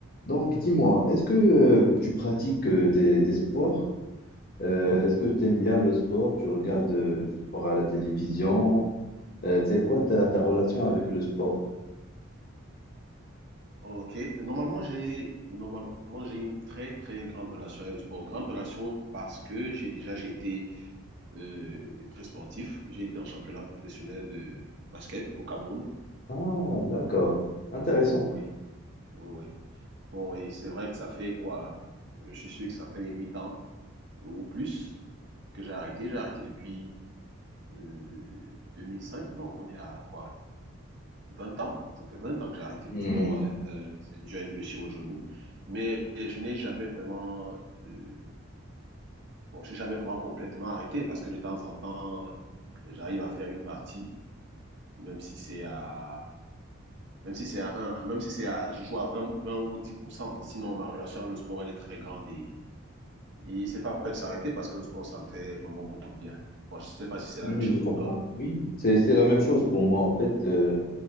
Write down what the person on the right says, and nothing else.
Ok. Normalement, j'ai normalement j'ai une très très grande relation avec le sport. Grande relation parce que j'ai déjà j'ai été euh, très sportif. J'ai été en championnat professionnel de basket au Cameroun.
Oui,
oui, oui, oui. Bon, et c'est vrai que ça fait quoi? Je suis sûr que ça fait huit ans ou plus que j'ai arrêté. J'ai arrêté depuis euh, 2005. Non, on est à quoi? 20 ans, ça fait 20 ans que j'ai arrêté
le sport, euh, euh, c'est déjà une blessure au genou, mais je n'ai jamais vraiment, euh, bon, j'ai jamais vraiment complètement arrêté parce que de temps en temps, j'arrive à faire une partie, même si c'est à, même si c'est à 1, même si c'est à, je joue à vingt, vingt ou 10%, mais sinon ma relation avec le sport, elle est très grande et Et c'est pas prêt de s'arrêter parce que le sport, ça me fait vraiment beaucoup de bien. Bon, je sais pas si c'est la
même chose
pour toi.